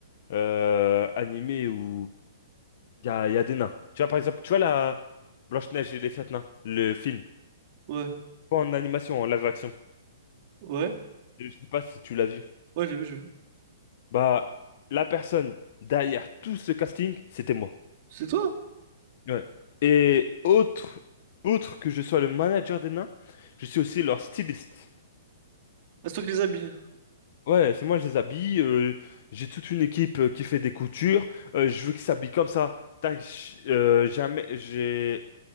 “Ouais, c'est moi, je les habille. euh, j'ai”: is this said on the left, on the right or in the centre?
Left